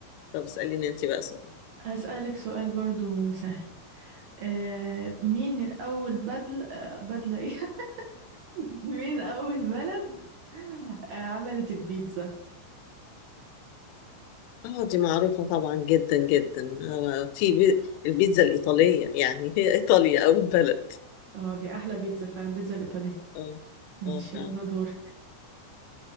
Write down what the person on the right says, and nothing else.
هسألك سؤال برضو سهل آه مين اول بدل آه بدلة ايه <laughs> مين اول بلد آه عملت البيتزا
اه دي احلى بيتزا فعلا البيتزا الايطالية
ماشي
يلا دورك